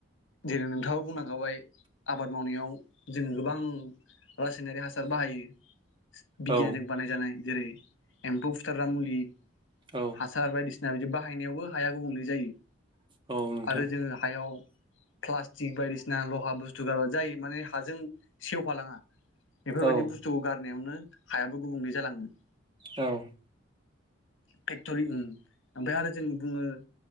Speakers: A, on the left; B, on the right.
A: जेरै नोंथाङाबो बुंलांखाबाय आबाद मावनायाव जोङो गोबां रासायनारि हासार बाहायो बिगियानजों
B: औ
A: बानायजानाय जेरै एम्फौ फुथारग्रा मुलि ।
B: औ
A: हासार बायदिसि <unintelligible> बिदि बाहायनायावबो हाया गुबुंले जायो ।
B: नोंथां
A: आरो जोङो हायाव प्लास टिक बायदिसिना लहा बुस्थु <unintelligible> जायो माने हाजों सेवफालाङा । बेफोरबायदि
B: औ
A: बुस्थुखौ गार नायावनो हायाबो गुबुंले जालाङो ।
B: औ ।
A: फेक्टरि ओम ओमफाय आरो जों बुङो